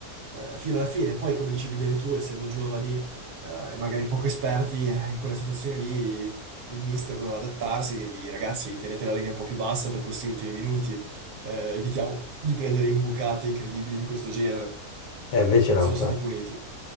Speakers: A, on the right; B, on the left.
A: eh, fino alla fine, poi come dicevi bene tu, essendo giovani eh, e magari poco esperti, eh, in quella situazione lì il mister doveva adattarsi e dirgli ragazzi tenete la linea un po' più bassa per questi ultimi minuti, eh, evitiamo di prendere imbucate incredibili di questo genere,
B: E invece l'hanno
A: sono
B: fatto.
A: stati puniti.